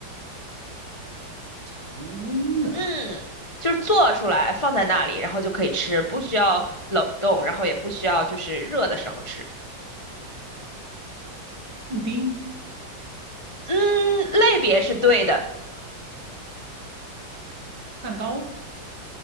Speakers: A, on the right; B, on the left.
A: 常温的
B: 嗯，就是做出来放在那里，然后就可以吃，不需要冷冻，然后也不需要就是热的时候吃。
A: 布丁
B: 嗯，类别是对的。
A: 蛋糕？